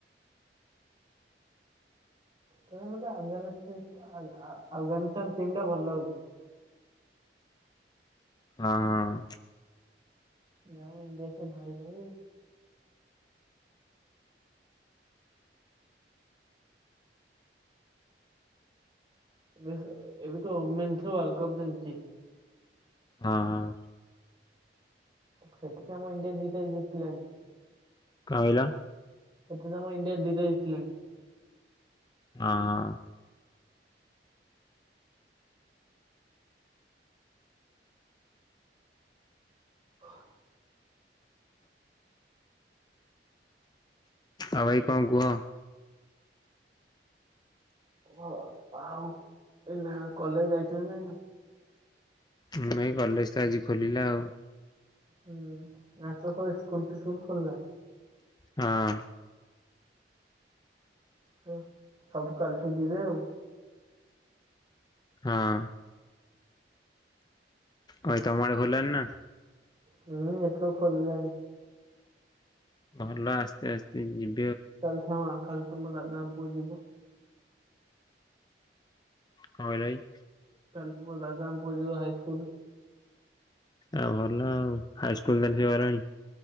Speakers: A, on the right; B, on the left.
A: ତାଲେ ମତେ ଆଫଗାନିସ୍ତ ଆଫଗାନିସ୍ତାନ ଟିମ ଟା ଭଲ ଲାଗୁଛି।
B: ହଁ ହଁ।
A: ନାଇଁ ଦେଶ ଭାଇ ଯାଇଉ। ଏବେ ତ ମେଥ ୱାର୍ଲଡ କପ ଚାଲିଛି।
B: ହଁ ହଁ।
A: ସେଥିପାଇଁ ଆମ ଇଣ୍ଡିଆ ଜିତ ଜିତିଥିଲଣି।
B: କଁ କଇଲ।
A: ସେଥିରେ ତ ଆମ ଇଣ୍ଡିଆ ଦୁଇଟା ଜିତିଲାଣି।
B: ହଁ ହ।
A: ହ।
B: ଆଉ ଭାଇ କଣ କୁହ?
A: ହ ଆଉ ପନା?? କଲେଜ ଯାଇଛନ୍ତି କାଇଁନା?
B: ମୁଁ ଭାଇ କଲେଜ ତ ଆଜି ଖୋଲିଲା ଆଉ।
A: ହୁଁ ଆ ତ ହଉ ଇସ୍କୁଲ ଫିସ୍କୁଲ ଖୋଲିଲା।
B: ହଁ।
A: ହ ସବୁ କାଲିଠୁ ଯିବେ ଆଉ।
B: ହଁ। ଆ ତ ଆମର ଘଲଣି ନା?
A: ହୁଁ ଏପଡ ଖଲଲାଣି।
B: ଭଲ ଆସ୍ତେ ଆସ୍ତେ ଯି
A: ଚାଲସମା। କାଲି ତୋ ମୋ ଦାଦା ଙ୍କ ପୁଅ ଯିବ।
B: କ ଭାଇ।
A: ହଁ ଦାଦାଙ୍କ ପୁଅ ଯିବ ହାଇସ୍କୁଲ।
B: ଆ ଭଲ ଆଉ ହାଇସ୍କୁଲ ତାନେ ସେ ଗଲାଣି।